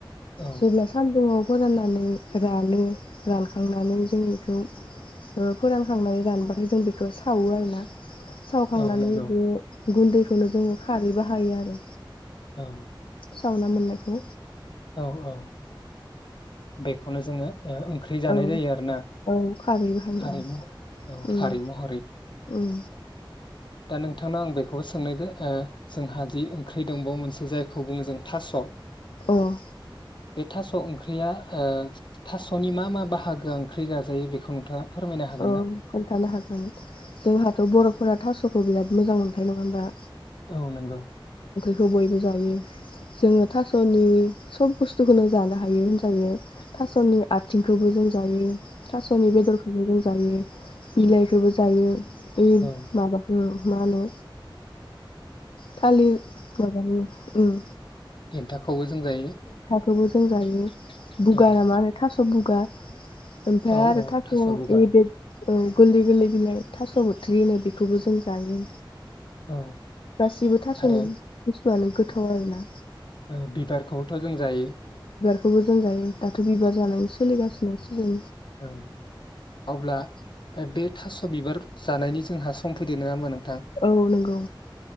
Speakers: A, on the left; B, on the left.
A: औ
B: जेब्ला सान्दुङाव फोराननानै रानो रानखांनानै जों बेखौ ओ फोरानखांनानै रानबाथाय जों बेखौ सावो आरोना सावखांनानै
A: औ नंगौ
B: बे गुन्दैखौनो जोङो खारैबो हायो आरो
A: औ
B: सावना मोननायखौ
A: औ औ बेखौनो जोङो ओ ओंख्रि जानाय
B: औ
A: जायो आरो ना
B: औ खारै बाहायो
A: खारै मह औ
B: उम
A: खारै महरै
B: उम
A: दा नोंथांनाव आं बेखौबो सोंनायदो ओ जोंहा जि ओंख्रि दंबावो मोनसे जायखौ बुङो जों थास'
B: अह।
A: बे थास' ओंख्रिया ओ थास'नि मा मा बाहागोआ ओंख्रि जाजायो बेखौ नोंथाङा फोरमायनो हागोन
B: औ
A: ना?
B: खोन्थानो हागोन, जोंहाथ' बर'फोरा थास' खौ बिराद मोजां मोनखायो नङा होमबा?
A: औ नंगौ।
B: खौ बयबो जायो जोङो थास'नि सब बुस्थुखौनो जानो हायो। जायो
A: औ
B: थास'नि आथ थिंखौबो जों जायो थास'नि बेदर जायो बिलाइखौबो जायो बे
A: औ
B: माबाखो मा होनो थालिर माबानि उम।
A: देन्थाख खौबो जों जायो।
B: खौबो जों जायो। बुगा
A: औ
B: ना मा होनो थास बुगा ओमफाय
A: औ
B: आरो
A: औ
B: थास' इ
A: बुगा
B: <unintelligible> औ गोरलै गोरलै बिलाइ थास' बुथ्रि होनो बेखौबो जों जायो।
A: औ
B: गासिबो थास'नो
A: आरो
B: आनो गोथाव आरो ना?
A: ओ बिबारखौ थ' जों जायो।
B: खौबो जों जायो दाथ' बिबार जानायनि सोलिगासिनोसो जों
A: औ अब्ला बे थास' बिबार जानायनि जोंहा सम फैदो नङा होमबा नों
B: औ नोंगौ।